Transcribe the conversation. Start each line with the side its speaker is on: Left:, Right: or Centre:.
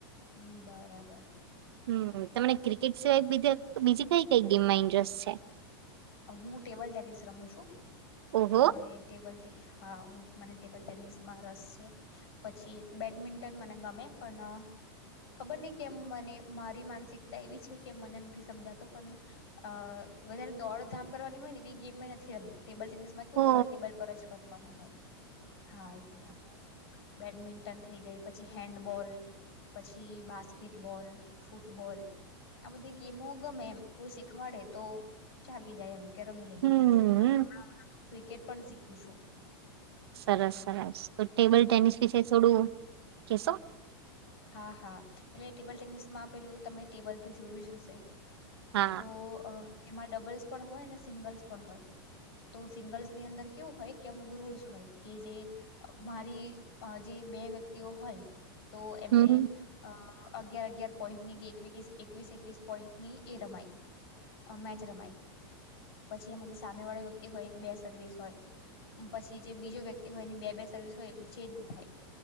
Left: હમ્મ બરાબર.
Right: હમ તમને ક્રિકેટ સિવાય બીજા બીજી કઈ કઈ ગેમમાં ઇન્જસ છે?
Left: હું ટેબલ ટેનિસ રમું છું.
Right: ઓહો
Left: તો મને ટેબલ ટે હા હું મને ટેબલ ટેનિસમાં રસ છે. પછી એક બેડમિન્ટન મને ગમે પણ અહ ખબર નહીં કેમ મને મારી માનસિકતા એવી છે કેમ મને નથી સમજાતું પણ અહ વધારે દોડ ધામ કરવાની હોય ને એવી ગેમમાં નથી રમતી ટેબલ ટેનિસ માં કેવું
Right: ઓ
Left: તમારે ટેબલ પર જ ફરવાનું હોય. હા એક મિનિટ બેડમિન ટન થઈ ગઈ પછી હેન્ડબોલ, પછી બાસ્કેટબોલ, ફૂટબોલ આ બધી ગેમો ગમે એમ કોઈ શીખવાડે તો ચાલી જાય એમ કે રમી લઈએ
Right: હમ
Left: અનેં હમણાં હમણાં તો ક્રિકેટ પણ શીખું છું.
Right: સરસ સરસ તો ટેબલ ટેનિસ વિશે થોડું કેશો?
Left: હા, હા એટલે ટેબલ ટેનિસમાં પેલું તમે ટેબલ તો જોયું જ હશે?
Right: હા
Left: તો અહ એમાં ડબલ્સ પણ હોય અને સિંગલ્સ પણ હોય. તો સિંગલ્સ ની અંદર કેવું હોય કે અમુક રૂલ્સ હોય કે જે અહ મારી અહ જે બે વ્યક્તિઓ હોય તો એમને
Right: હમ
Left: અહ અગિયાર અગિયાર પોઈન્ટની એકવીક એકવીસ એકવીસ પોઈન્ટની એ રમાય અહ મેચ રમાય પછી એમાં જે સામે વાળા વ્યક્તિ હોય બે સર્વિસ હોય. અમ્મ પછી જે બીજો વ્યક્તિ હોય એની બે બે સર્વિસ હોય એમ ચેન્જ થાય.